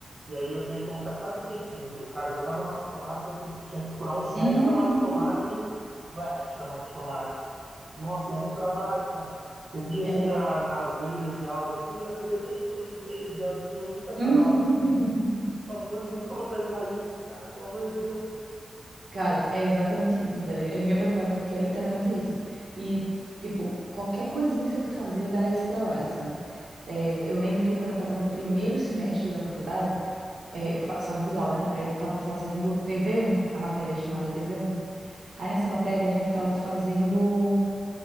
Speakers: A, on the right; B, on the right.
A: e aí eu tinha que colocar cada efeitinho. O cara jogava massa de tomate, eu tenho- tinha que procurar um som
B: Uhum.
A: para massa de tomate, splash da massa de tomate. Nossa, e era um trabalho, cara. Você via,
B: Exato.
A: assim, as, as layers de áudio, assim, era 300 mil layers de áudio, assim, eu nunca acabava.
B: <laughs>
A: cara. Eu Falava, mano, nunca vou terminar isso, cara, pelo amor de Deus.
B: Cara, é exatamente isso, velho. É engraçado porque é literalmente isso. E, tipo, qualquer coisinha que você for fazer dá esse trabalho, sabe? É, eu lembro que quando eu tava no primeiro semestre da faculdade, é, eu faço audiovisual, né? Aí eu tava fazendo tv um a matéria chamada tv um Aí nessa matéria a gente tava fazendo,